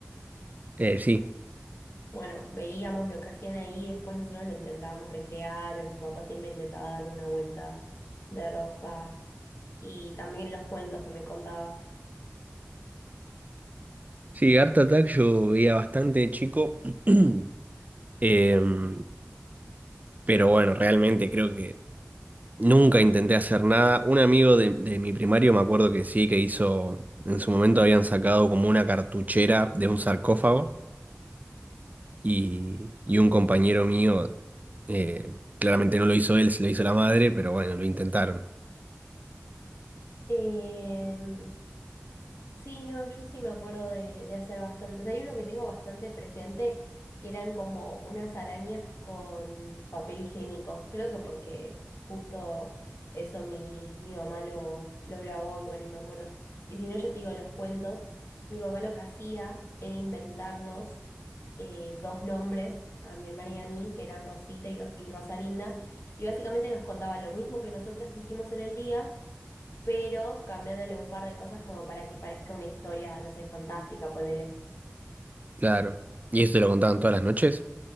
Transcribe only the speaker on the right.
Eh, sí,
sí, Art Attack yo veía bastante de chico, <clears throat> em, pero bueno, realmente creo que nunca intenté hacer nada. Un amigo de, de mi primario me acuerdo que sí, que hizo, en su momento habían sacado como una cartuchera de un sarcófago y, y un compañero mío, eh, claramente no lo hizo él, se lo hizo la madre, pero bueno, lo intentaron.
Claro. ¿Y eso te lo contaban todas las noches?